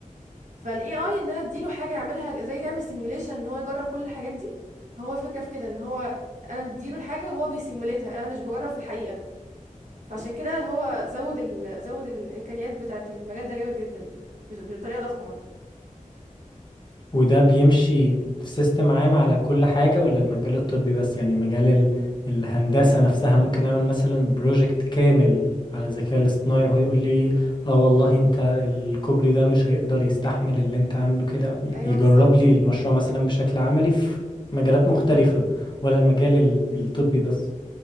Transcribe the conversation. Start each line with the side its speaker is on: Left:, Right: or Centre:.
Right: فالاي اي ان انا اديله حاجه يعملها زي يعمل سيميوليشن ان هو يجرب كل الحاجات دي هو الفكره في كده ان هو انا بديله الحاجه وهو بيسيموليتها انا مش بجرب في الحقيقه فعشان كده هو زود ال... زود الامكانيات بتاعه المجال ده جامد جدا يعني بش- بطريقه ضخمه
Left: وده بيمشي في سيستم عام على كل حاجة ولا المجال الطبي بس يعني مجال ال... الهندسة نفسها ممكن أعمل مثلا بروجكت كامل على الذكاء الاصطناعي وهو يقول لي اه والله انت الكوبري ده مش هيقدر يستحمل اللي انت عامله كده ي-
Right: ايوه
Left: يجرب
Right: بالظبط
Left: لي المشروع مثلا بشكل عملي في مجالات مختلفة ولا المجال ال... الطبي بس